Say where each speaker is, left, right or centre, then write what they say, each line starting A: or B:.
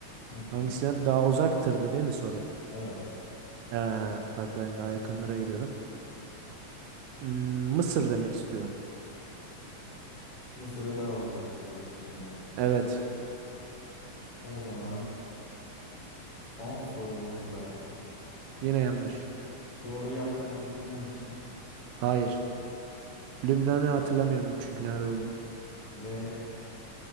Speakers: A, on the left; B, on the right.
A: Hı hı.
B: Hangisine daha uzaktırdı değil mi soru?
A: Evet.
B: Ee, bak ben daha yakınlara gidiyordum. Hmm, Mısır demek istiyorum.
A: Mısır'a daha uzaktır diyorsun yani.
B: Evet.
A: O zaman son sorumuzda
B: Yine yanlış.
A: doğru yaptığını düşünüyor musun?
B: Hayır. Lübnan'ı hatırlamıyorum çünkü nerede olduğunu.
A: Ve